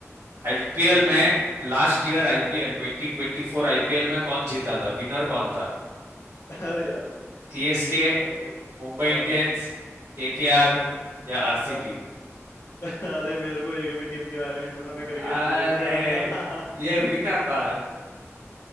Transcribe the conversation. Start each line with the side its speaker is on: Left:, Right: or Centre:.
Right: आईपीएल
Left: हाँ
Right: में लास्ट ईयर आईपीएल
Left: हाँ
Right: 2024 आईपीएल में कौन जीता था विनर कौन था
Left: अरे यार
Right: सीएसके
Left: अरे
Right: मुंबई इंडियंस
Left: हाँ
Right: केकेआर
Left: हाँ
Right: या आरसीबी
Left: हाँ <laughs> अरे मेरे को एक भी टीम के बारे में नहीं पता मैं
Right: अरे
Left: क्रिकेट नहीं देखता <laughs>
Right: ये हुई ना बात